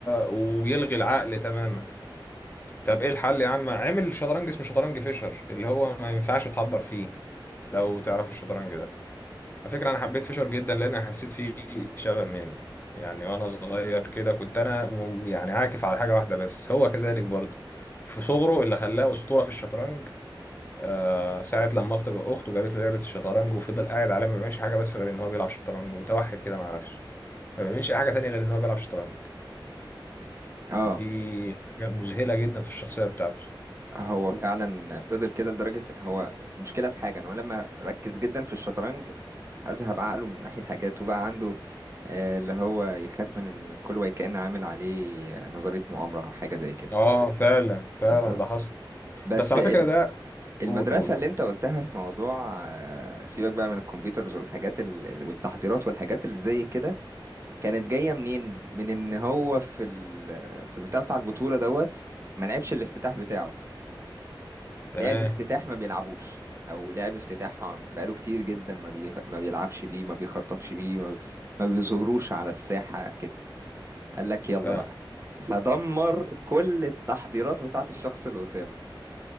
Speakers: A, on the left; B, on the right.
A: وبيلغي العقل تماما طب ايه الحل يا عم عامل شطرنج اسمه شطرنج فيشر اللي هو ما ينفعش تحضر فيه لو تعرف الشطرنج ده على فكرة أنا حبيت فيشر جدا لأن حسيت فيه شبه مني يعني وأنا صغير كده كنت أنا مم- يعني عاكف على حاجة واحدة بس هو كذلك برضه في صغره اللي خلاه أسطورة في الشطرنج آه ساعة لما أخته أخته جابت له لعبة الشطرنج وفضل قاعد عليها ما بيعملش حاجة بس غير إن هو بيلعب شطرنج ومتوحد كده مع نفسه ما بيعملش أي حاجة تانية غير إن هو بيلعب شطرنج
B: اه
A: دي حاجة مذهلة جدا في الشخصية بتاعته
B: هو فعلا فضل كده لدرجة هو مشكلة في حاجة ان هو لما ركز جدا في الشطرنج اذهب عقله من ناحية حاجات وبقى عنده آه، اللي هو يخاف من ان كل واحد كأن عامل عليه آه، نظرية مؤامرة او حاجة زي كده
A: آه فعلا فعلا
B: بالظبط
A: ده حصل
B: بس
A: بس على فكرة ده
B: المدرسة
A: قول قول قول
B: اللي انت قلتها في موضوع آه، سيبك بقى من الكمبيوترز والحاجات ال... ال- والتحضيرات والحاجات اللي زي كده كانت جاية منين؟ من ان هو في ال... في البتاع بتاع البطولة دوت ما لعبش الافتتاح بتاعه لعب
A: تمام
B: افتتاح ما بيلعبوش او لعب افتتاح بقاله كتير جدا ما بي... ما بيلعبش بيه ما بيخططش بيه ما, بي... ما بيظهروش على الساحة كده قال لك يلا
A: فاهم
B: بقى فدمر كل التحضيرات بتاعت الشخص اللي قدامه